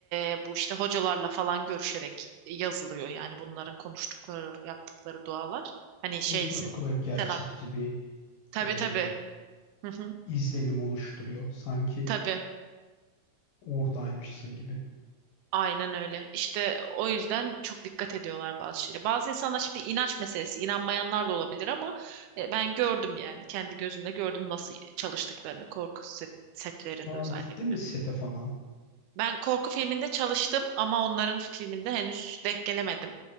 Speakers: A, on the right; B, on the left.
A: e, bu işte hocalarla falan görüşerek yazılıyor. Yani bunların konuştukları, yaptıkları dualar. Hani şeysin
B: O yüzden o kadar gerçekçi
A: senaryo.
B: bir
A: Tabii
B: e,
A: tabii. Hı hı.
B: izlenim oluşturuyor. Sanki
A: Tabii.
B: oradaymışsın gibi.
A: Aynen öyle. İşte o yüzden çok dikkat ediyorlar bazı şeylere. Bazı insanlar şimdi inanç meselesi, inanmayanlar da olabilir ama e, ben gördüm yani kendi gözümle gördüm nasıl çalıştıklarını korku set- setlerinde
B: Aa
A: özellikle.
B: gittin mi sete falan?
A: Ben korku filminde çalıştım ama onların filminde henüz denk gelemedim.